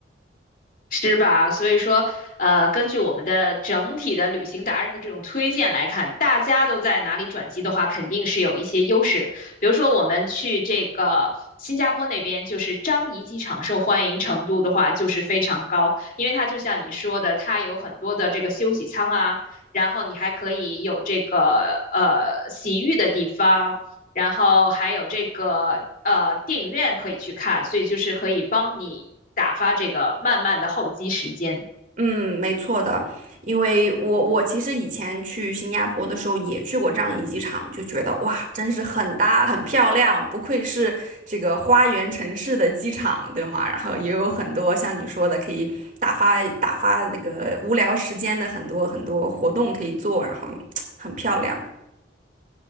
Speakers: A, on the left; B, on the right.
A: 是吧？所以说，呃，根据我们的整体的旅行达人的这种推荐来看，大家都在哪里转机的话，肯定是有一些优势。比如说，我们去这个新加坡那边，就是樟宜机场受欢迎程度的话，就是非常高，因为它就像你说的，它有很多的这个休息舱啊，然后你还可以有这个呃洗浴的地方。然后还有这个呃电影院可以去看，所以就是可以帮你打发这个慢慢的候机时间。
B: 嗯，没错的，因为我我其实以前去新加坡的时候也去过樟宜机场，就觉得哇，真是很大很漂亮，不愧是这个花园城市的机场，对吗？然后也有很多像你说的可以打发打发那个无聊时间的很多很多活动可以做，然后很漂亮。